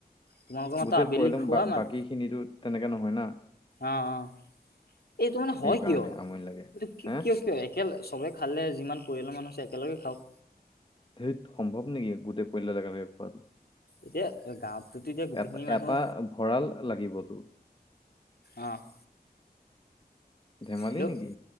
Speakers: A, on the left; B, on the left.
A: তোমালোকৰ মাত্ৰ
B: গোটেই
A: আবেলি
B: পৰিয়াল
A: খোৱা
B: বা
A: মাত
B: বাকী খিনিতো <unintelligible> তেনেকে নহয় না
A: অ অ এইটো মানে
B: সেইকাৰণে
A: হয় কিয়
B: আমনি লাগে
A: এইটো
B: হে
A: কিয় কিয় একেল চবে খালে যিমান পৰিয়ালৰ মানুহ আছে একেলগে খাওক
B: ধেত সম্ভৱ নেকি গোটেই পৰিয়ালদাল একেলগে খোৱা।
A: এতিয়া গাৱততো এতিয়া গোটেইখিনি
B: এটা
A: মানুহ
B: এটা ভঁৰাল লাগিব তোৰ
A: অহ ',
B: ধেমালি
A: হেল্ল',
B: নেকি